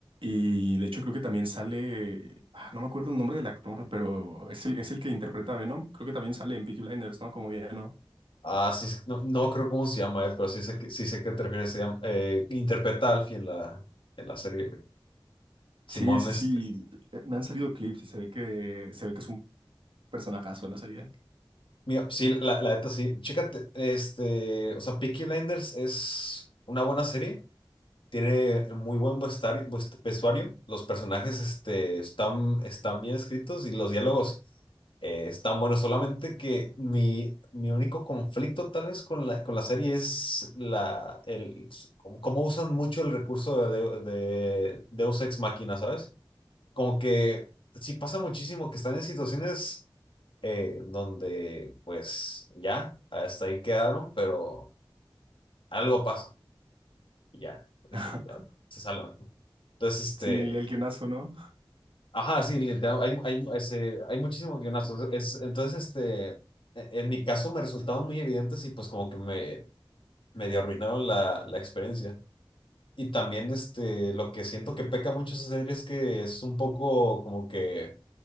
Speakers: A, on the right (about 75°); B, on the left (about 75°).
A: Y de hecho creo que también sale, ah, no me acuerdo el nombre del actor, pero es el, es el que interpreta a Venom. Creo que también sale en Peaky Blinders, ¿no? Como no
B: Ah, sí, no, no creo cómo se llama, eh, pero sí sé que, sí sé que te refieres, se llama- eh, interpreta a Alfie en la, en la serie, güey. Simón,
A: Sí, sí,
B: este.
A: sí. eh, Me han salido clips y se ve que se ve que es un personajazo en la serie.
B: Mira, sí, la, la neta sí. Chécate, este, o sea, Peaky Blinders es una buena serie, Tiene muy buen vestar- vest- vestuario. Los personajes este, están, están bien escritos y los diálogos eh, están buenos. Solamente que mi, mi único conflicto tal vez con la, con la serie es la, el, cómo cómo usan mucho el recurso de, de, de Deus Ex Machina, ¿sabes? Como que sí pasa muchísimo que están en situaciones eh, donde pues ya, hasta ahí quedaron, pero algo pasa y ya, ese,
A: <laughs>
B: y ya se salvan. ¿no? Entonces, este,
A: Sí, el, el guionazo, ¿no?
B: ajá, sí, literal, hay, hay, ese- hay muchísimos guionazos. Es, entonces, este, e- en mi caso me resultaban muy evidentes y pues como que me medio arruinaron la, la experiencia. Y también, este, lo que siento que peca mucho esa serie es que es un poco como que